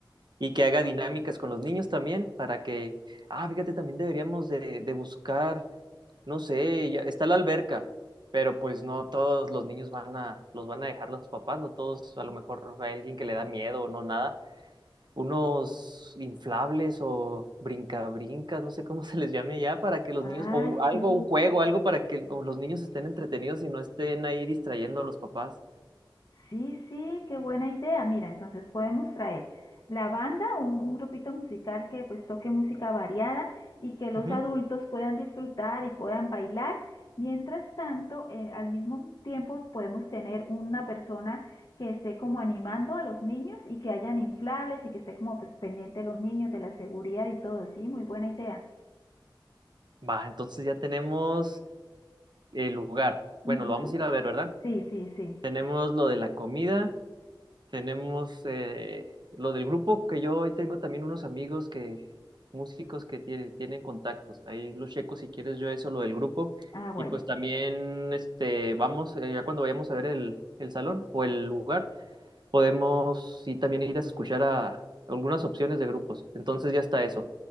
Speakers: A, on the right; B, on the left.
A: y que haga dinámicas con los niños también para que, ah, fíjate, también deberíamos de, de buscar, no sé, ya- está la alberca, pero pues no todos los niños van a, los van a dejar los papás, no todos, a lo mejor hay alguien que le da miedo o no nada unos inflables o brincabrincas, no sé cómo <laughs> se les llame ya, para que los
B: Ay,
A: niños, o algo,
B: sí,
A: un juego, algo para que o los niños estén entretenidos y no estén ahí distrayendo a los papás.
B: sí, sí, qué buena idea. Mira, entonces podemos traer la banda, un, un grupito musical que pues toque música variada y que los
A: Ujú.
B: adultos puedan disfrutar y puedan bailar. Mientras tanto, eh, al mismo tiempo podemos tener una persona que esté como animando a los niños y que hayan inflables y que esté como pues, pendiente de los niños, de la seguridad y todo. Sí, muy buena idea.
A: Va, entonces ya tenemos el lugar.
B: Ujú.
A: Bueno, lo vamos a ir a ver, ¿verdad?
B: Sí, sí, sí.
A: Tenemos lo de la comida, Tenemos eh, lo del grupo que yo hoy tengo también unos amigos que, músicos que tiene- tienen contactos. Ahí los checo si quieres yo eso, lo del grupo.
B: Ah, bueno.
A: Y pues también este, vamos, eh, ya cuando vayamos a ver el, el salón o el lugar, podemos sí también ir a escuchar a algunas opciones de grupos. Entonces ya está eso.